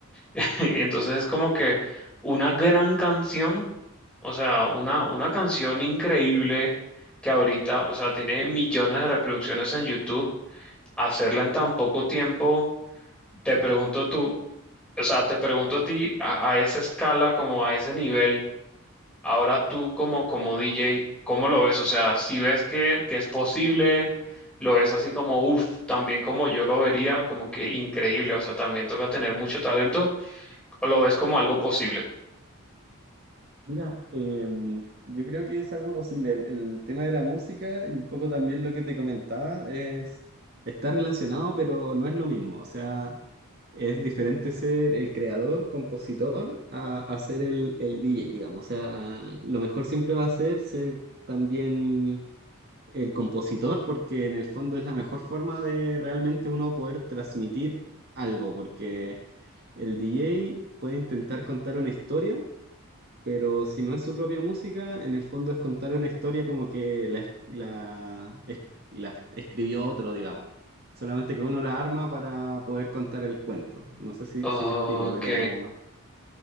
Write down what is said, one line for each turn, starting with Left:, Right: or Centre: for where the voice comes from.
Centre: <laughs> Y entonces es como que una gran canción, o sea, una, una canción increíble que ahorita, o sea, tiene millones de reproducciones en YouTube, hacerla en tan poco tiempo, te pregunto tú, o sea, te pregunto a ti a a esa escala, como a ese nivel. Ahora tú como, como DJ, ¿cómo lo ves? O sea, si ves que, que es posible, lo ves así como, uff, también como yo lo vería, como que increíble, o sea, también toca tener mucho talento, o lo ves como algo posible.
Right: Mira, em, yo creo que es algo posible. El, el tema de la música y un poco también lo que te comentaba es, Está relacionado, pero no es lo mismo. O sea, es diferente ser el creador, compositor, a, a ser el, el DJ, digamos. O sea, lo mejor siempre va a ser ser también el compositor, porque en el fondo es la mejor forma de realmente uno poder transmitir algo, porque El DJ puede intentar contar una historia, pero si no es su propia música, en el fondo es contar una historia como que la, es- la, es- la escribió otro, digamos. Solamente que uno la arma para poder contar el cuento. No sé si,
Centre: Ok,
Right: si me explico, pero